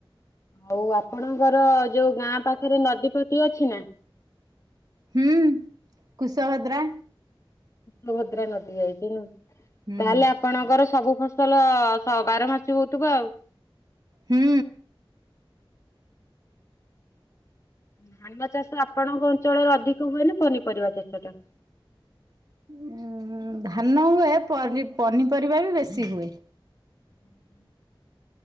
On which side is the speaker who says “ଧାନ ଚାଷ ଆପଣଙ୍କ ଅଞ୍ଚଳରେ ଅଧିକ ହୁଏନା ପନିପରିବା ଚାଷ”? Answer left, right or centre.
Left